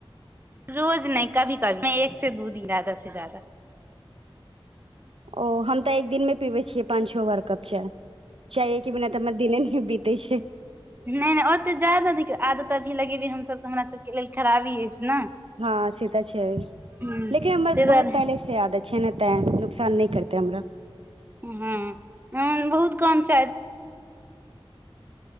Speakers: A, on the right; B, on the right.
A: रोज नइ कभी कभी कभी एक से दू दी जादा से ज्यादा
B: ओ हम तऽ एक दिन में पीबै छियै पांच छौ बार कप चाय चाये के बिना तऽ हमर दिने नै बीत तै छे
A: नै नै ओते जादा देखियौ आदत त अभी लगेबे हमस ब तऽ हमरा सबके लेल खराबी अछि ने
B: हँ से तऽ छै
A: हूँ
B: लेकिन हमर
A: तै दुआरे
B: बहुत पहिले से आदत छै ने तैं नुकसान नै करते हमरा
A: हँ हम बहुत कम चाय